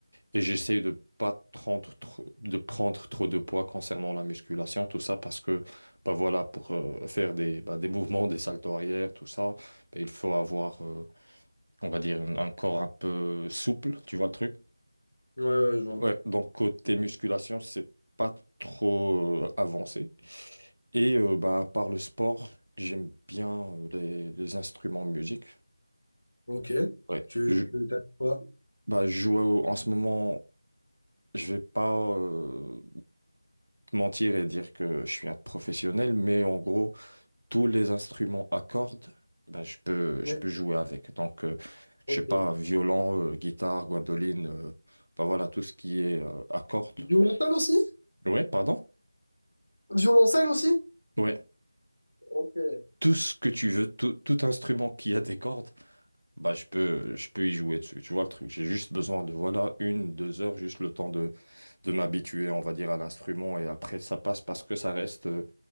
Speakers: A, on the right; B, on the left.
A: Et j'essaye de pas prendre trop, de prendre trop de poids concernant la musculation, tout ça, parce que bah voilà, pour euh, faire des, bah, des mouvements, des saltos arrière, tout ça, bah, il faut avoir, euh, on va dire, un, un corps un peu souple, tu vois le truc?
B: ouais, je vois.
A: Ouais, donc côté musculation, c'est pas trop euh, avancé. Et euh, bah, par le sport, j'aime bien euh, les, les instruments de musique.
B: Ok.
A: Ouais.
B: Tu
A: Je,
B: tu tapes quoi?
A: bah, je joue au- en ce moment, je vais pas euh, te mentir et dire que je suis un professionnel, mais en gros, tous les instruments à cordes, bah, je peux,
B: Ouais.
A: je peux jouer avec. Donc, euh,
B: Ok.
A: je sais pas, violon, euh, guitare, guadoline, euh, bah voilà, tout ce qui est euh, à cordes.
B: Violoncelle aussi?
A: Ouais, pardon?
B: Violoncelle aussi?
A: Ouais.
B: Ok,
A: Tout ce que tu veux, tout, tout instrument qui a des cordes, bah, je peux, je peux y jouer dessus. Tu vois le truc? J'ai juste besoin de, voilà, une, deux heures, juste le temps de m'habituer, on va dire, à l'instrument et après ça passe parce que ça reste euh,